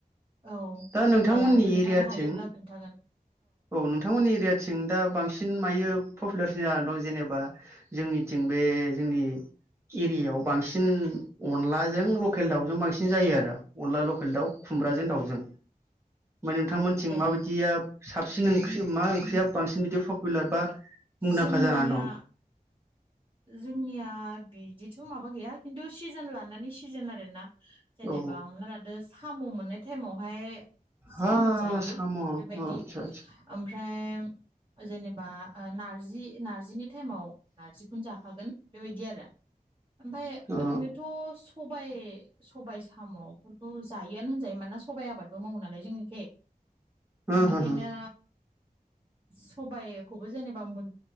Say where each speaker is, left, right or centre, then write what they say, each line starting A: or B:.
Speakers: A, on the right; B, on the right.
A: औ
B: दा नोंथांमोननि
A: दे आं खोन्थानो
B: एरियाथिं
A: हायोब्ला खोन्थागोन
B: औ नोंथांमोननि एरियाथिं दा बांसिन मायो पपुलारसिन जानानै दं जेनेबा जोंनिथिं बे जोंनि एरियायाव बांसिन अनलाजों लकेल दाउजों बांसिन जायो आरो अनला लकेल दाउ खुमब्राजों दाउजों फ्राय नोंथांमोनथिं
A: ए
B: माबायदिया साबसिन ओंख्रि, मा ओंख्रिया बांसिन बिदि पपुलार बा मुंदांखा
A: जोंनिया
B: जानानै दं
A: जोंनिया बिदिथ' माबा गैया, खिन्थु सिजोन लानानै सिजोन आरोना जेनेबा
B: औ
A: हमना लादो साम' मोननाय टाइमावहाय
B: हा
A: साम' जायो
B: साम' आदसा
A: बेबायदि
B: आदसा
A: ओमफ्राय ओमफ्राय जेनेबा नारजि नारजिनि टाइमाव नारजिखौ जाखागोन बेबायदि आरो ओमफाय
B: अ
A: ओरैनोथ सबायाइ सबायाइ साम'फोरखौ जायोआनो होनजायो मानोना सबाइ आबादबो मावो नालाय जोंनिखै ।
B: हो
A: बेनिखायनो
B: हो हो होम
A: सबायाइखौबो जेनेबा मोन